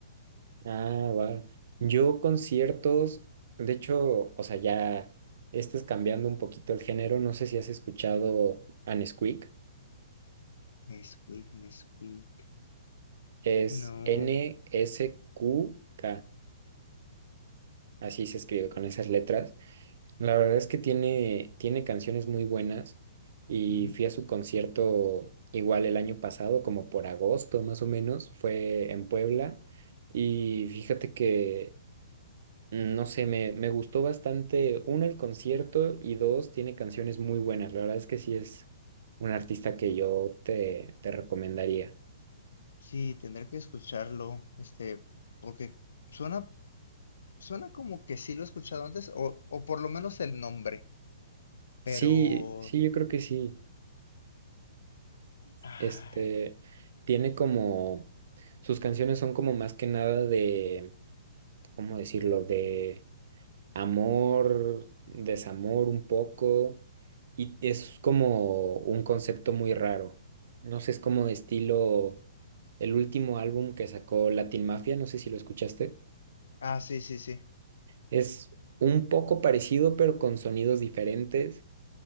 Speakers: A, on the right; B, on the left.
A: Ah, va. Yo conciertos, de hecho, o sea, ya estás cambiando un poquito el género. No sé si has escuchado a Nesquik.
B: Nesquik, Nesquik.
A: Es
B: No.
A: N-S-Q-K. Así se escribe con esas letras. La verdad es que tiene, tiene canciones muy buenas y
B: ujú.
A: fui a su concierto igual el año pasado, como por agosto más o menos. Fue en Puebla y fíjate que... mm, No sé, me, me gustó bastante, uno, el concierto y dos, tiene canciones muy buenas. La verdad es que sí es un artista que yo te, te recomendaría.
B: Sí, tendré que escucharlo, este, porque suena, suena como que sí lo he escuchado antes, o, o por lo menos el nombre, pero...
A: Sí, sí, yo creo que sí.
B: ay,
A: Este, tiene como, sus canciones son como más que nada de, ¿cómo decirlo? De amor, desamor un poco, y es como un concepto muy raro. No sé, es como estilo el último álbum que sacó Latin Mafia, no sé si lo escuchaste.
B: Ah, sí, sí, sí.
A: Es un poco parecido, pero con sonidos diferentes.